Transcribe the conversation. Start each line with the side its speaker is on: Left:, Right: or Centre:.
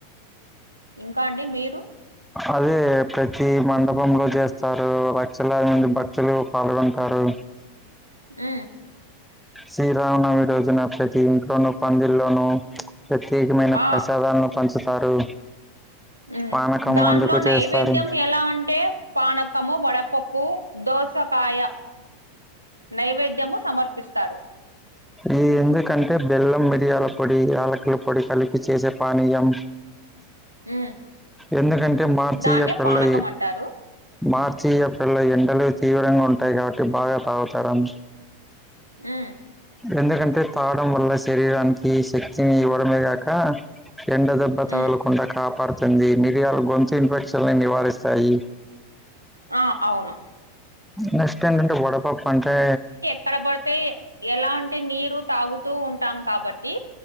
Right: ఇంకా అండి మీ
Centre: అదే ప్రతి మండపంలో చేస్తారు లక్షలాది మంది భక్తులు పాల్గొంటారు
Right: ఉ
Centre: శ్రీరామనవమి రోజున ప్రతి ఇంట్లోనూ పందిల్లోనూ ప్రత్యేకమైన
Right: ఆ
Centre: ప్రసాదాలను పంచుతారు
Right: ఉ
Centre: పానకం
Right: దాంట్లో
Centre: అందుకు
Right: నైవేద్యం
Centre: చేస్తారు
Right: ఎలా అంటే పణకము వడపప్పు దోసకాయ నైవేద్యము సమర్పిస్తారు
Centre: ఈ ఎందుకంటే బెల్లం మిరియాల పొడి యల్లక్కల పొడి కలిపి చేసే పానీయం
Right: ఉమ్,
Centre: ఎందుకంటే మార్చి
Right: దాన్నే
Centre: ఏప్రిల్
Right: పానకం
Centre: లో
Right: అంటారు
Centre: మార్చి ఏప్రిల్ లో ఎండలు తీవ్రంగా ఉంటాయి కాబట్టి బాగా తాగుతారం
Right: ఉమ్మ్
Centre: ఎందుకంటే తాగడం వల్ల శరీరానికి శక్తిని ఇవ్వడమే గాక ఎండ దెబ్బ తగలకుండా
Right: ఉమ్
Centre: కాపాడుతుంది మిరియాలు గొంతు ఇన్ఫెక్షన్ నివారిస్తాయి
Right: ఆ అవును
Centre: నెస్ట్ ఏంటంటే వడపప్పు అంటే
Right: అక్కడ బడితే ఎలాంటి నీరు తాగుతూ ఉంటాం కాబట్టి